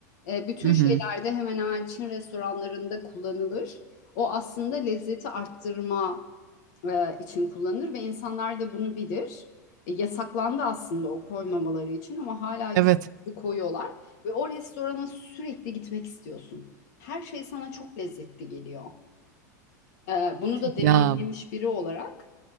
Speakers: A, on the left; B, on the right.
A: E, bütün
B: Hı hı.
A: şeylerde hemen hemen Çin restoranlarında kullanılır. O aslında lezzeti arttırma e, için kullanılır ve insanlar da bunu bilir. E, yasaklandı aslında o koymamaları için ama hala gizli
B: Evet.
A: gizli koyuyorlar. Ve o restorana sürekli gitmek istiyorsun. Her şey sana çok lezzetli geliyor. E, bunu da deneyimlemiş
B: Ya
A: biri olarak.